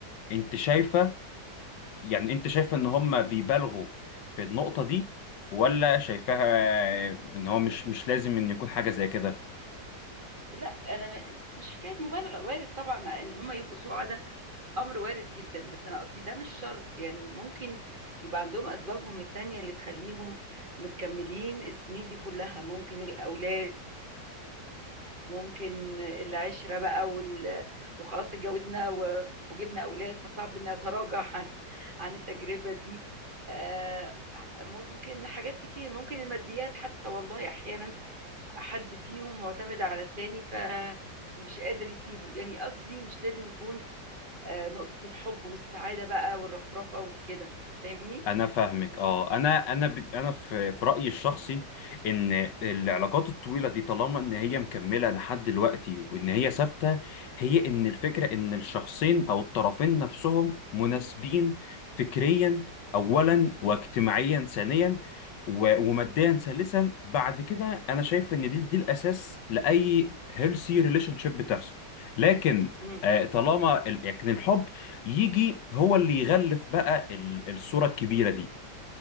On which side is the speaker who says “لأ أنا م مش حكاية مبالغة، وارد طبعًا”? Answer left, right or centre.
Right